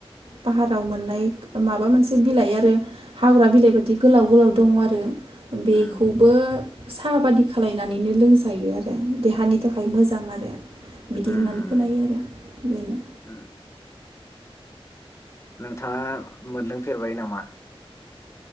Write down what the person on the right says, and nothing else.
पाहाराव मोननाय माबा मोनसे बिलाइ आरो हाग्रा बिलाइ बायदि गोलाव गोलाव दङ आरो बेखौबो
साहा बादि खालायनानैनो लोंजायो आरो देहानि थाखाय मोजां आरो बिदि
होननानै
खोनायो आरो बेनो